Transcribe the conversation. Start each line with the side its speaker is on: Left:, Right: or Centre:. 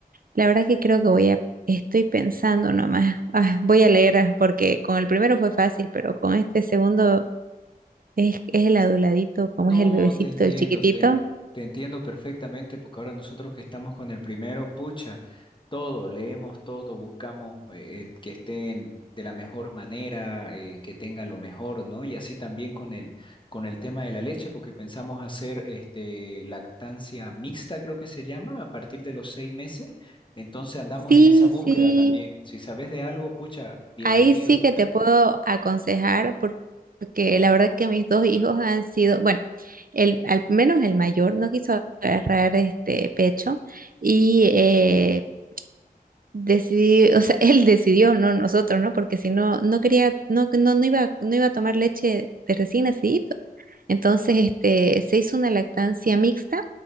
Right: La verdad que creo que voy a, estoy pensando nomás, Ah, voy a leer ah, porque con el primero fue fácil, pero con este segundo es, es el aduladito, como
Left: No,
Right: es el bebecito,
Left: te entiendo,
Right: el chiquitito.
Left: te, te entiendo perfectamente, porque ahora nosotros que estamos con el primero, pucha, todo, leemos todo, buscamos eh, que estén de la mejor manera, eh, que tenga lo mejor, ¿no? Y así también con el, con el tema de la leche, porque pensamos hacer este, lactancia mixta, creo que se llama, a partir de los seis meses. Entonces andamos
Right: Sí,
Left: en esa búsqueda
Right: sí,
Left: también. Si sabes de algo, pucha, bienvenido.
Right: ahí sí que te puedo aconsejar por- porque la verdad que mis dos hijos han sido, bueno, el, al menos el mayor no quiso agarrar este pecho y eh, decidí, o sea, <laughs> él decidió, no nosotros, ¿no? Porque si no, no quería, no, no, no iba, no iba a tomar leche de recién nacidito. Entonces, este, se hizo una lactancia mixta.